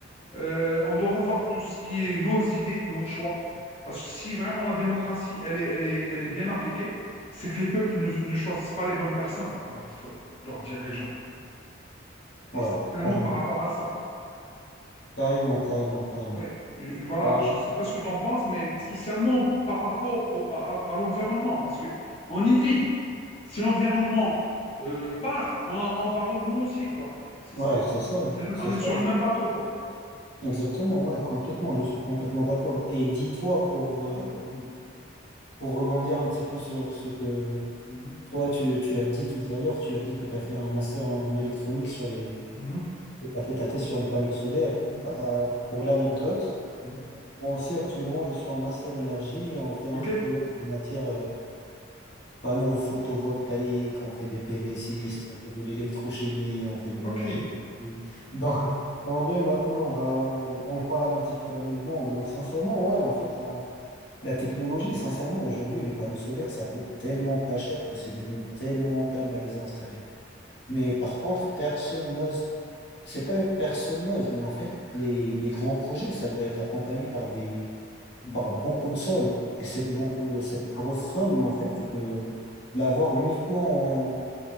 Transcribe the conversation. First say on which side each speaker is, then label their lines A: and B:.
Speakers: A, on the left; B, on the left.
A: Euh, on doit revoir tout ce qui est nos idées, nos choix. Parce que si vraiment la démocratie, elle est, elle est, elle est bien appliquée, c'est que les peuples ne, ne choisissent pas les bonnes personnes pour être leurs dirigeants. Et
B: Ouais.
A: spécialement
B: Carrément.
A: par rapport à ça.
B: Carrément, carrément, carrément.
A: Oui, euh, voilà,
B: Bah,
A: je ne sais pas ce que tu en penses, mais spécialement par rapport au- à, à l'environnement, parce que on y vit. Si l'environnement euh, part, on, on part nous aussi, quoi. C'est,
B: ouais,
A: c'est-
B: c'est ça.
A: c'est le-
B: C'est
A: on est
B: ça.
A: sur le même bateau, quoi.
B: Exactement. Ouais, complètement. Je suis complètement d'accord. Et dis-toi pour, euh,
A: Hmm.
B: pour rebondir un petit peu sur ce que
A: Mhm.
B: toi, tu, tu as dit tout à l'heure, tu as dit que tu as fait un master en électronique sur les,
A: Mhm.
B: et tu as fait ta thèse sur les panneaux solaires.
A: Mhm.
B: Bah, euh, pour l'anecdote,
A: Mhm.
B: moi aussi, actuellement, je suis en master énergie et on fait un
A: OK?
B: petit peu ouais, de matière. Panneaux photovoltaïques, on fait des pv
A: OK.
B: on fait de l'électrochimie, on fait de
A: Ok.
B: la, la géochimie. Donc, en vrai, maintenant, on va, on, on parle un petit peu la même langue. Donc, sincèrement, ouais, en fait, la, la technologie, sincèrement, aujourd'hui, les panneaux solaires, ça coûte tellement pas cher que c'est devenu tellement rentable à les installer.
A: Mhm,
B: Mais par contre, personne n'ose, c'est pas personne n'ose, mais en fait, les, les grands projets, ça doit être accompagné par des,
A: mhm.
B: par beaucoup de sommes. Et cette, beaucoup, cette grosse somme, en fait, tu peux l'avoir uniquement en-